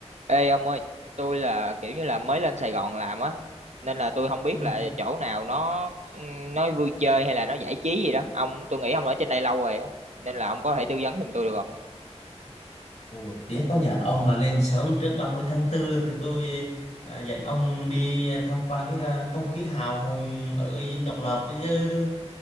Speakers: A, on the right; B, on the left.
A: Ê ông ơi, tôi là kiểu như là mới lên Sài Gòn làm á, nên là tôi không biết
B: Ừ.
A: là chỗ nào nó ừ, nó vui chơi hay là nó giải trí gì đó. Ông, tôi nghĩ ông ở trên đây lâu rồi á, nên là ông có thể tư vấn giùm tôi được không?
B: Ôi, tiếc quá nhờ ông mà lên sớm trước 30 tháng tư thì tôi à, dẫn ông đi tham quan cái à, không khí hào hùng ở Dinh Độc Lập chứ